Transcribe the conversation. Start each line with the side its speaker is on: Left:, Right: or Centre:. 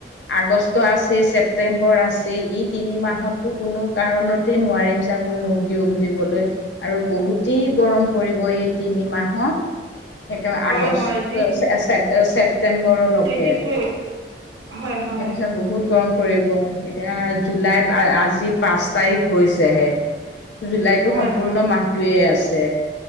Left: আগষ্ট আছেই, ছেপ্টেম্বৰ আছেই, ই তিনি মাহততো কোনো কাৰণতেই নোৱাৰিম চাগৈ মূৰ্গী উম দিবলৈ, আৰু বহুতেই গৰম পৰিব এই তিনিমাহত, একেবাৰে
Right: হয়
Left: আগষ্ট,
Right: হয় যি
Left: চে-চেপ-চেপ প্তেম্বৰলকে।
Right: দেখিছো হয় হয়
Left: ইয়াৰ পিছত বহুত গৰম কৰিব এতিয়া জুলাই আ-আজি পাঁচ তাৰিখ হৈছেহে। জুলাইটো
Right: হয় হয়
Left: সম্পূৰ্ণ মাহটোৱেই আছে।